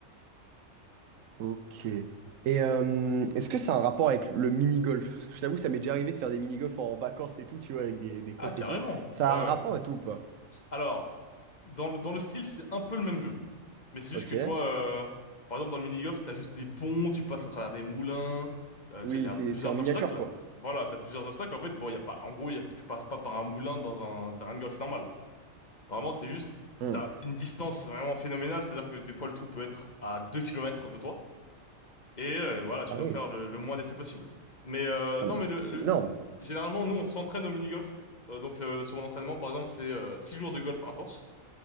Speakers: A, on the right; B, on the left.
A: Ok. Et euh, est-ce que ça a un rapport avec le mini-golf? Parce que je t'avoue, ça m'est déjà arrivé de faire des mini-golf en vacances et tout, tu vois, avec des, des potes
B: Ah, carrément.
A: et tout. Ça
B: Ouais, ouais.
A: a un rapport et tout ou pas?
B: Alors, dans le, dans le style, c'est un peu le même jeu. Mais c'est
A: Ok.
B: juste que tu vois, euh, par exemple dans le mini-golf, t'as juste des ponts, tu passes à travers des moulins, euh,
A: Oui,
B: tu vois, il y a
A: c'est
B: plusieurs
A: c'est en miniature,
B: obstacles.
A: quoi.
B: Voilà, t'as plusieurs obstacles. En fait, bon, il y a pas, en gros, il y a- tu passes pas par un moulin dans un terrain de golf normal. Normalement, c'est juste,
A: Hmm.
B: t'as une distance vraiment phénoménale, c'est-à-dire que des fois le trou peut être à 2 kilomètres de toi, et euh, voilà, tu
A: Ah
B: dois
A: oui.
B: faire le, le moins d'essais possible. Mais euh,
A: Attends,
B: non,
A: mais
B: mais le,
A: c'est
B: le-
A: énorme.
B: généralement, nous, on s'entraîne au mini-golf. Euh, donc, euh, sur mon entraînement, par exemple, c'est euh, 6 jours de golf intense.